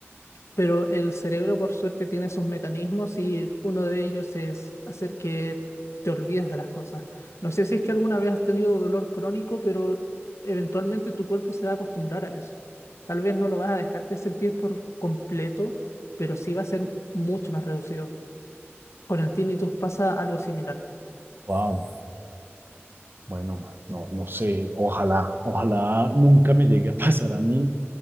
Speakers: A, on the left (about 85°); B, on the right (about 50°).
A: Pero el cerebro, por suerte, tiene sus mecanismos y uno de ellos es hacer que te olvides de las cosas. No sé si es que alguna vez has tenido dolor crónico, pero eventualmente tu cuerpo se va a acostumbrar a eso. Tal vez no lo vas a dejar de sentir por completo, pero sí va a ser mucho más reducido. Con el tinnitus pasa algo similar.
B: Wow. Bueno, no, no sé, ojalá, ojalá nunca me llegue a pasar a mí.